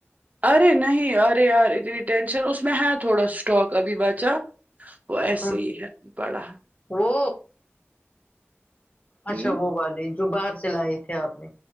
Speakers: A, on the right (about 35°); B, on the left (about 30°).
A: ارے نہیں ارے یار اتنی ٹینشن اس میں ہے تھوڑا اسٹاک ابھی بچا وہ ایسے
B: ہاں
A: ہی ہے بڑا
B: وہ اچھا
A: ہوں
B: وہ والے جو باہر سے لائے تھے آپ نے